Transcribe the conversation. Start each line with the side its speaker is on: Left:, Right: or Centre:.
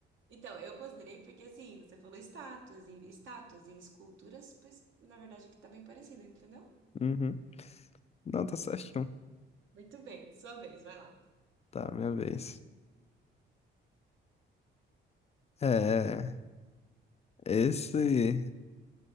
Right: Então, eu considerei porque, assim, você falou estátuas e estátuas e esculturas, pois, na verdade, que tá bem parecido, entendeu?
Left: Uhum. Não, tá certinho.
Right: Muito bem, sua vez, vai lá.
Left: Tá, minha vez. É, esse,